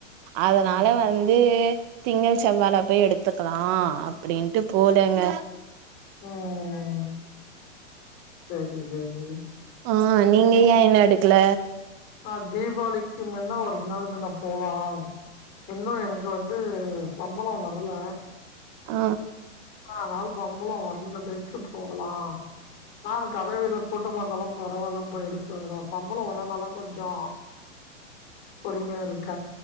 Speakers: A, on the right; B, on the left.
A: அதனால
B: ம்.
A: வந்து திங்கள் செவ்வாய்ல போய் எடுத்துக்கலா அப்டின்ட்டு போலங்க
B: ம்ம்ம் சரி சரி
A: அஹ் நீங்க ஏ இன்னு எடுக்கல
B: அ தீபாவளிக்கு முன்ன ஒரு நாள் முன்ன போலா இன்னு எனக்கு வந்து சம்பளோ வரல
A: அ
B: அதனால சம்பளோ வந்த பிற்க்கு போகலா நா கடவிதியீல கூட்டமா இருந்தாலு பரவால்ல போய் எடுத்து வந்துருவோ சம்பளோ வரானால கொஞ்சோ பொறுமியா இருக்க